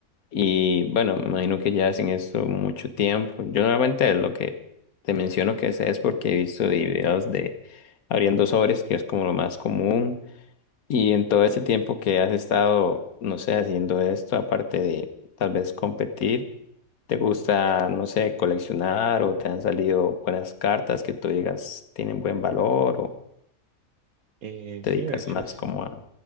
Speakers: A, on the left (about 80°); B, on the right (about 80°).
A: Y bueno, me imagino que ya hacen esto mucho tiempo. Yo normalmente lo que te menciono que sé es porque he visto videos de abriendo sobres, que es como lo más común. Y en todo ese tiempo que has estado, no sé, haciendo esto, aparte de tal vez competir. ¿Te gusta, no sé, coleccionar o te han salido buenas cartas que tú digas tienen buen valor o
B: Eh,
A: te
B: sí,
A: dedicas
B: de hecho
A: más
B: es,
A: como a...